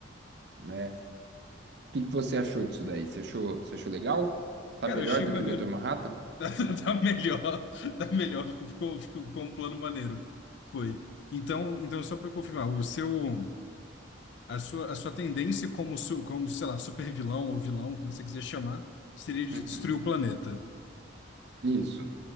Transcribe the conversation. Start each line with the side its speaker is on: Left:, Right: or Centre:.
Right: né? que que você achou disso daí? Você achou, você achou legal? Tá
Left: Cara,
Right: melhor
Left: eu achei
Right: do
Left: maneiro.
Right: que o Dr. Manhattan?
Left: <laughs> Tá, tá- tá melhor, tá melhor. Ficou, ficou, ficou um plano maneiro. Foi. Então, então só para confirmar, o seu, a sua, a sua tendência como, su- como, sei lá, super vilão ou vilão, como você quiser chamar, seria de
Right: Uhum.
Left: destruir o planeta.
Right: Isso.